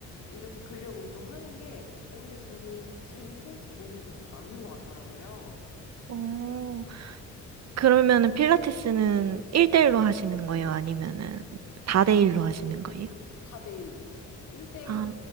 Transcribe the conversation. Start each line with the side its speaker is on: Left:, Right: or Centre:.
Left: 이렇게 근력 운동하는 게 오히려 저는 재밌고 제 몸에도 좀 맞는 것 같더라고요.
Right: 오 그러면은 필라테스는 1대1로 하시는 거예요? 아니면은
Left: 저는
Right: 다대일로 하시는 거예요?
Left: 4대1로요. 1대1은
Right: 아,